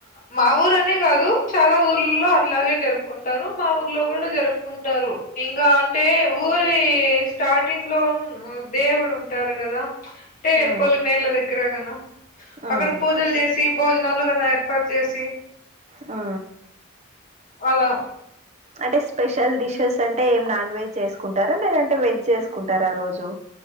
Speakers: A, on the left; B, on the right.
A: మా ఊరనే గాదు చాల ఊర్లల్లో అట్లాగే జరుపుకుంటారు మా ఊరి మా ఊరిలో కూడా జరుపుకుంటారు ఇంగా అంటే ఊరీ స్టార్టింగ్ లో ఊమ్ దేవుడ్ ఉంటారు గదా అంటే
B: ఆ
A: పొలిమేర్ల దగ్గరగన
B: ఆ
A: అక్కడ పూజల్ జేసి భోజనాలు గాన ఏర్పాటు చేసి
B: ఆ
A: అలా
B: అంటే స్పెషల్ డిషెస్ అంటే ఏం నాన్ వెజ్ చేసుకుంటారా లేదంటే వెజ్ చేసుకుంటారా ఆ రోజు